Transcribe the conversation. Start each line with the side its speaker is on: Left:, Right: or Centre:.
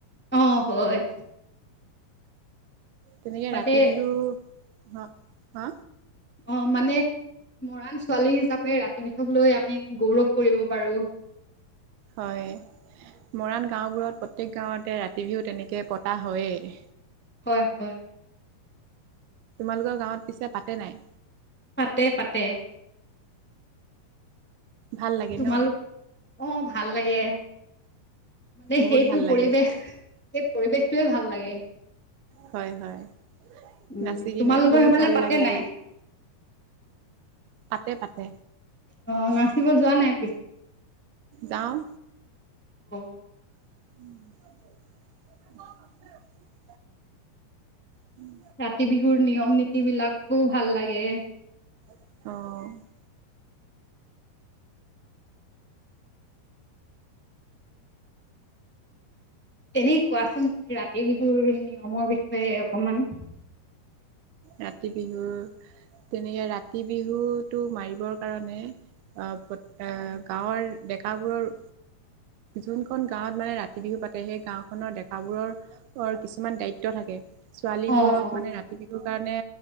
Centre: অ', হয়
Right: তেনেকে
Centre: মানে
Right: ৰাতি বিহু হা হা
Centre: অ, মানে মৰাণ ছোৱালী হিচাপে ৰাতি বিহুক লৈ আমি গৌৰৱ কৰিব পাৰো।
Right: হয় মৰাণ গাঁওবোৰত প্ৰত্যেক গাঁৱতে ৰাতি বিহু তেনেকে পতা হয়েই।
Centre: হয় হয়
Right: তোমালোকৰ গাঁৱত পিছে পাতে নাই
Centre: পাতে পাতে
Right: ভাল লাগে
Centre: তোমালোক
Right: ন
Centre: অ, ভাল লাগে। মানে
Right: বহুত
Centre: সেইটো
Right: ভাল
Centre: পৰিৱেশ
Right: লাগে
Centre: সেই পৰিৱেশটোৱে ভাল লাগে।
Right: হয় হয়
Centre: উম,
Right: নাচি কিনিও
Centre: তোমালোকৰ
Right: বহুত
Centre: সেইফালে
Right: ভাল
Centre: পাতে
Right: লাগে।
Centre: নাই
Right: পাতে পাতে।
Centre: অ, নাচিব যোৱা নাই পিছে?
Right: যাওঁ
Centre: অ'
Right: উম উম
Centre: ৰাতি বিহুৰ নিয়ম নীতি বিলাকো ভাল লাগে।
Right: অ'
Centre: তেনেই কোৱাচোন ৰাতি বিহুৰ নিয়মৰ বিষয়ে অকমান
Right: ৰাতি বিহু তেনেকে ৰাতি বিহুটো মাৰিবৰ কাৰণে অ, পতা গাঁৱৰ ডেকা বোৰৰ যোনখন গাঁৱত মানে ৰাতি বিহু পাতে সেই গাওখনৰ ডেকাবোৰৰ অ, কিছুমান দায়িত্ব থাকে ছোৱালীবোৰক
Centre: অ', অ',
Right: মানে ৰা ৰাতি বিহুৰ কাৰণে